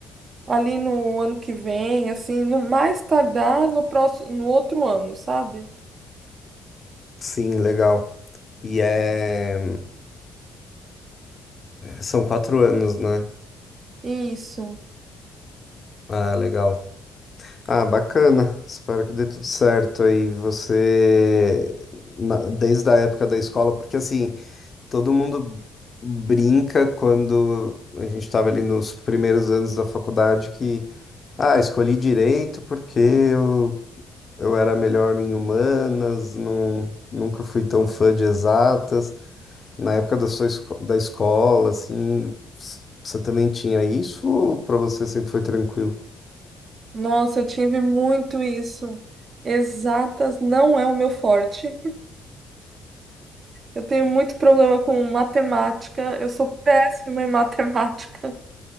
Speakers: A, on the right; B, on the left.
A: ali no ano que vem, assim, no mais tardar no próximo, no outro ano, sabe?
B: Sim, legal. E é... São quatro anos, né?
A: Isso.
B: Ah, legal. Ah, bacana. Espero que dê tudo certo aí. Você, na- desde a época da escola, porque assim, todo mundo brinca quando a gente estava ali nos primeiros anos da faculdade que, ah, escolhi direito porque eu, eu era melhor em humanas, não, nunca fui tão fã de exatas. Na época da sua esco- da escola, assim, s- você também tinha isso ou para você sempre foi tranquilo?
A: Nossa, eu tive muito isso. Exatas não é o meu forte. Eu tenho muito problema com matemática. Eu sou péssima em matemática.